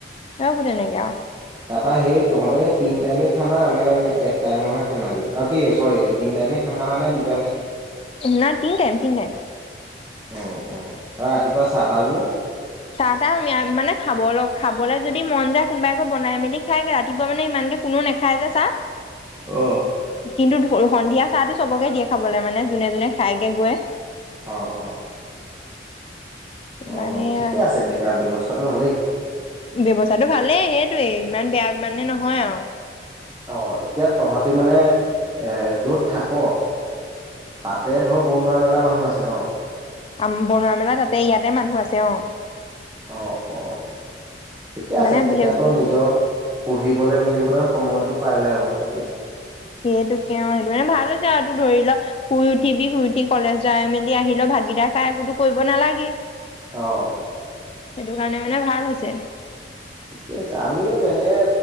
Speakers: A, on the left; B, on the right.
A: অ তেনেকে আউ
B: তাৰপা সেই তহঁতে তিন টাইমে খানা নে এক টাইমহে খানা দিয়ে অ কি চৰি তিনি টাইমে খানা হয়ে নে দু টাইম চলে?
A: নাই তিনি টাইম তিনি টাইম
B: অ অঁ
A: চাহ তাহ মানে খাব অ খাবলৈ যদি মন যায় কোনোবাই আকৌ বনাই মেলি খাইগ ৰাতিপুৱা মানে ইমানকে কোননো নাখায় যে চাহ
B: অ',
A: কিন্তু ধৰো সন্ধিয়া চাহটো চবকে দিয়ে খাবলৈ মানে যোনে যোনে খাইকে গৈ
B: অ অ অ
A: বা সেয়া
B: ঠিকে আছে তেতিয়া ব্যৱস্থাটো ভালেই
A: ব্যৱস্থাটো ভালে সেইটোৱেই ইমান বেয়া মানে নহয় আৰু
B: অ এতিয়া তহঁতি মানে এ যত থাক তাতে ধৰক বনোৱা মেলা মানুহ আছে ন
A: আম বনোৱা মেলা তাতে ইয়াতে মানুহ আছে অ
B: অঁ অঁ ঠিকে
A: মানে
B: আছে তেতিয়াতো নিজৰ পঢ়িবলৈ মিলিবলৈ সময়তটো পাই যায় আৰু সেইটোৱে
A: সেইটোকে অ সেইটো মানে ভাল হৈছে আৰু তো ধৰি ল শুই উঠিবি শুই উঠি কলেজ যাই মেলি আহিল ভাতকিতা খাই একোতো কৰিব নালাগে
B: অহ
A: সেইটো কাৰণে মানে ভাল হৈছে
B: ঠিকে আছে আমি তেনেকে